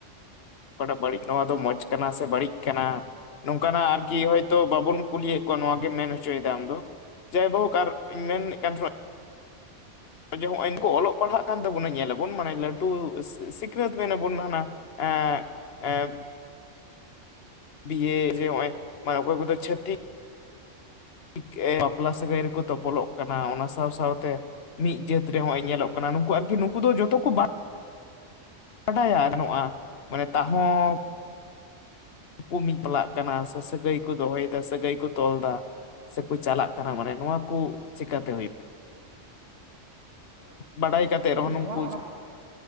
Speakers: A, on the left (about 55°); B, on the right (about 55°).
A: ᱚᱠᱟᱴᱟᱜ ᱵᱟᱹᱲᱤᱡ ᱱᱚᱣᱟ ᱫᱚ ᱢᱚᱸᱡᱽ ᱠᱟᱱᱟ ᱥᱮ ᱵᱟᱹᱲᱤᱡ ᱠᱟᱱᱟ ᱱᱚᱝᱠᱟᱱᱟᱜ ᱟᱨ ᱠᱤ ᱦᱚᱭᱛᱳ ᱵᱟᱵᱚᱱ ᱠᱩᱞᱤᱭᱮᱫ ᱠᱚᱣᱟ ᱱᱚ ᱜᱮᱢ ᱢᱮᱱ ᱦᱚᱪᱚᱭ ᱮᱫᱟ ᱟᱢ ᱫᱚ ᱡᱟᱭᱵᱳᱠ ᱟᱨᱧ ᱢᱮᱱᱮᱫ ᱠᱟᱱ ᱛᱟᱦᱮᱱᱟ᱾ ᱮ ᱦᱚᱸᱜᱼᱚᱭ ᱱᱠᱩ ᱚᱞᱚᱜ ᱯᱟᱲᱦᱟᱜ ᱠᱟᱱ ᱛᱟᱵᱚᱱᱟ ᱧᱮᱞᱟᱵᱚᱱ ᱢᱟᱱᱮ ᱞᱟᱹᱴᱩ ᱥᱤᱠᱷᱱᱟᱹᱛ ᱢᱮ ᱟᱵᱚᱱ ᱦᱟᱱᱟ᱾ ᱮᱜ ᱮᱨ
B: <inaudible>
A: ᱵᱤᱭ ᱡᱮ ᱦᱚᱭ ᱢᱟᱱ ᱚᱠᱚᱭ ᱠᱚᱫᱚ ᱪᱷᱟᱹᱛᱤ ᱠ ᱮ ᱵᱟᱯᱞᱟ ᱥᱟᱹᱜᱟᱹᱭ ᱨᱮ ᱠᱚ ᱛᱚᱯᱚᱞᱚᱜ ᱠᱟᱱᱟ᱾ ᱚᱱᱟ ᱥᱟᱶ ᱥᱟᱶ ᱛᱮ ᱢᱤᱫ ᱡᱟᱹᱛ ᱨᱮ ᱱᱚᱜᱼᱚᱭ ᱧᱮᱞᱚᱜ ᱠᱟᱱᱟ ᱱᱩᱠᱩ ᱟᱨᱠᱤ ᱱᱩᱠᱩ ᱫᱚ ᱡᱚᱛᱚ ᱠᱚ ᱵᱟᱫ ᱵᱟᱰᱟᱭᱟ ᱱᱚᱼᱟ ᱢᱟᱱᱮ ᱛᱟᱦ ᱦᱚᱸ ᱠᱚ ᱢᱤᱫ ᱯᱞᱟᱜ ᱠᱟᱱᱟ ᱥᱮ ᱥᱟᱹᱜᱟᱹᱭ ᱠᱚ ᱫᱚᱦᱚᱭᱮᱫᱟ ᱥᱟᱹᱜᱟᱹᱭ ᱠᱚ ᱛᱚᱞ ᱮᱫᱟ᱾ ᱥᱮᱠᱚ ᱪᱟᱞᱟᱜ ᱠᱟᱱᱟ ᱢᱟᱱᱮ ᱱᱚᱶᱟᱠᱩ ᱪᱮᱠᱟᱛᱮ ᱦᱳᱭᱳᱼᱟ ᱵᱟᱲᱟᱭ ᱠᱟᱛᱮ ᱨᱮᱦᱚᱸ
B: ᱱᱚᱣᱟ
A: ᱱᱩᱠᱩ
B: ᱚᱱᱟ